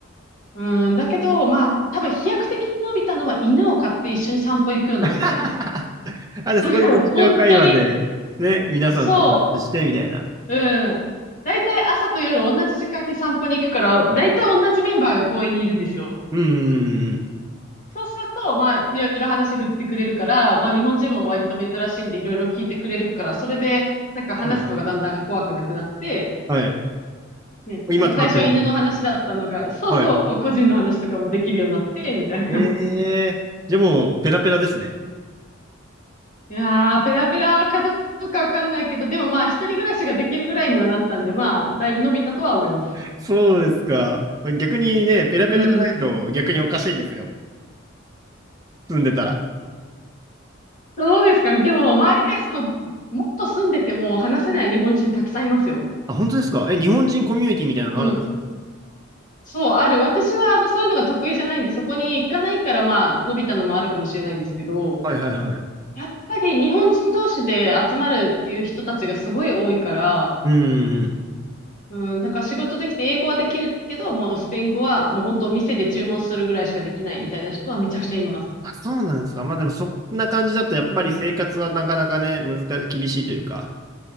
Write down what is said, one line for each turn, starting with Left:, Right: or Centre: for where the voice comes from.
Left: うん、だけど、まあ、多分飛躍的に伸びたのは犬を飼って一緒に散歩行くようになってからです。
Right: <laughs> あ、で、
Left: <laughs>
Right: そこで日常会話で、
Left: 本当に。
Right: ね、皆さんとお話しして、
Left: そ
Right: みたいな。
Left: う。うん。だいたい朝と夜同じ時間に散歩に行くから、だいたい同じメンバーが公園にいるんですよ。
Right: うんうんうんうん。
Left: そうすると、まあ、いろいろ話振ってくれるから、まあ、日本人も割と珍しいんで、いろいろ聞いてくれるから、それで、なんか話すのがだんだん怖くなくなって、
Right: はいはい。はい。
Left: ね、
Right: 今となっても、
Left: なんか最初は犬の話だったのが、そうそう、
Right: はい。
Left: 個人の話とかもできるようになって、みたいな。
Right: ええー、じゃあもう、ペラペラですね。
Left: いやー、ペラペラかどうかわかんないけど、でもまあ、一人暮らしができるぐらいにはなったんで、まあ、だいぶ伸びたとは思います。
Right: <laughs> そうですか。逆にね、ペラペラじゃないと逆におかしいですよ。
Left: うん。
Right: 住んでたら。
Left: どうですかね。でも、周りで、その、もっと住んでても話せない日本人たくさんいますよ。
Right: あ、本当ですかえ、日本人コミュニティみたいなのあるんですか
Left: うん。そう、ある。私は、まあ、そういうのが得意じゃないんで、そこに行かないから、まあ、伸びたのもあるかもしれないんですけど、
Right: はいはいはい。
Left: やっぱり日本人同士で集まるっていう人たちがすごい多いから、
Right: うん
Left: うん、だから仕事できて英語はできるけど、もうスペイン語はもう本当店で注文するぐらいしかできないみたいな人はめちゃくちゃいます。
Right: あ、そうなんですか。まあでもそんな感じだとやっぱり生活はなかなかね、
Left: うん。
Right: 難しい、厳しいというか、